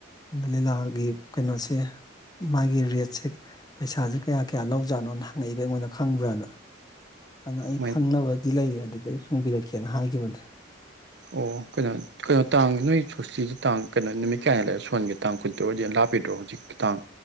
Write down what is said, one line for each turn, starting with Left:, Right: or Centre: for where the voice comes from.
Left: ꯂꯤꯂꯥꯒꯤ ꯀꯩꯅꯣꯁꯦ ꯃꯥꯒꯤ ꯔꯦꯠꯁꯦ ꯄꯩꯁꯥꯖꯦ ꯀꯌꯥ ꯀꯌꯥ ꯂꯧꯖꯥꯠꯅꯣꯅ ꯍꯪꯉꯛꯏꯕ ꯑꯩꯉꯣꯟꯗ ꯈꯪꯕ꯭ꯔꯥꯅ ꯑꯗꯣ ꯑꯩ
Right: ꯃꯥꯏ
Left: ꯈꯪꯅꯕꯗꯤ ꯂꯩꯌꯦ ꯑꯗꯨꯗ ꯑꯩ ꯍꯪꯕꯤꯔꯛꯀꯦꯅ ꯍꯥꯏꯒꯤꯕꯅꯦ꯫
Right: ꯑꯣ ꯀꯩꯅꯣ ꯀꯩꯅꯣ ꯇꯥꯡ ꯅꯣꯏ ꯁꯣꯁꯇꯤꯁꯤ ꯇꯥꯡ ꯀꯩꯅꯣ ꯅꯨꯃꯤꯠ ꯀꯌꯥꯅꯤ ꯂꯩꯔ ꯁꯣꯟꯒꯦ? ꯇꯥꯡ ꯀꯨꯟ ꯇꯔꯨꯛ ꯑꯣꯏꯔꯗꯤ ꯌꯥꯝ ꯂꯥꯞꯄꯤꯗ꯭ꯔꯣ ꯍꯧꯖꯤꯛꯀꯤ ꯇꯥꯡ